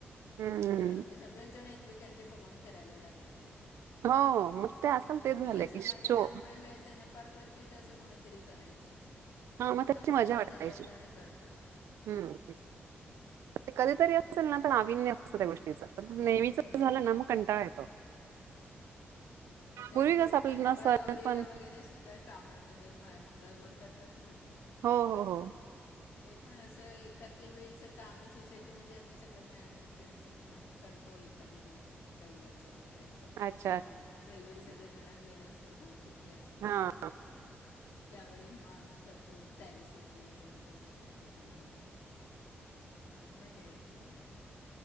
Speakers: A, on the right; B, on the left.
A: हम्म.
B: खूप जण म्हणजे सगळेच जण एक पिकांचे भगवण करायला लागले आहेतः
A: हो मग ते असलं तेचं झालंय
B: असं
A: की
B: माझ्या
A: शो
B: लहानपणी बाहेर ना फार क्वचितच तसं कोणीतरी अस करायचे
A: हा मग
B: पण
A: ती
B: आजकाल
A: माझी वाट
B: सगळ्याच
A: पाहायची
B: जण करतात
A: हम्म ते कधी तरी असेल नाविन्य असतं त्या गोष्टी पणं
B: हो
A: नेहमीचं
B: बरोबर
A: झाल ना
B: आहे
A: मग कंटाळा येतो.
B: त्यांच्या
A: पूर्वी कसं
B: सुद्धां
A: आपल्याला
B: मंगळागौरीला
A: सण पण
B: वगैरे सुद्धां श्रावणामध्ये मंगळागौरी करतात ना
A: हो हो हो
B: पणं असं एखाद्या वेळेस आता आम्हीं सोसायटीमध्ये आम्हीं सगळं मैत्रिणी मिळून आम्हीं तो एखाद्या दिवशी रविवचा वगैरे
A: अच्छा
B: म्हणजे म रविवारी सगळे जणं वेळ असतो ना सुट्टी असतें
A: हा
B: तर त्यावेळी मग आम्ही करतो त्यारीसर्व सुरती वगैरे आमच्या सोसायटी बिल्डिंगवर आणि मजा येते म्हणते